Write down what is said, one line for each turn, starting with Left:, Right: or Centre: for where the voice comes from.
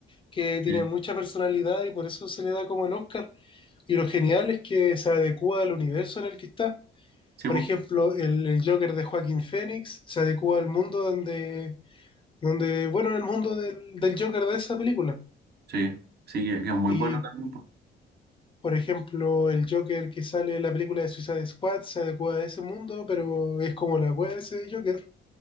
Left: que tiene
Right: Sí,
Left: mucha personalidad y por eso se le da como el Oscar. Y lo genial es que se adecua al universo en el que está.
Right: sí,
Left: Por
Right: pues.
Left: ejemplo, el, el Joker de Joaquín Phoenix se adecua al mundo donde, donde, bueno, al mundo del, del Joker de esa película.
Right: Sí, sí, que, que es muy
Left: Y
Right: bueno también, pues.
Left: Por ejemplo, el Joker que sale en la película de Suicide Squad se adecua a ese mundo, pero es como la wea de ese Joker,